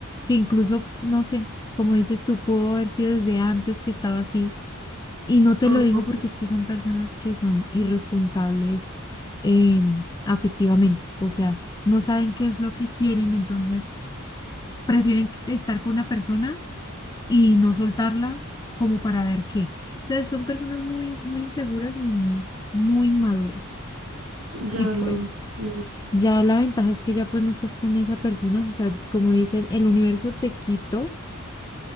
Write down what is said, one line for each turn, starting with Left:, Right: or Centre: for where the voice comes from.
Left: que incluso, no sé, como dices tú, pudo haber sido desde antes que estaba así y no te
Right: Ah,
Left: lo dijo
Right: Ajá,
Left: porque es que son personas que son irresponsables eh, afectivamente, o sea, no saben qué es lo que quieren, entonces prefieren estar con una persona y no soltarla como para ver qué. O sea, son personas muy, muy inseguras y muy, muy inmaduras.
Right: ya
Left: Y pues
Right: lo sé.
Left: ya la ventaja es que ya pues no estás con esa persona, o sea, como dicen, el universo te quitó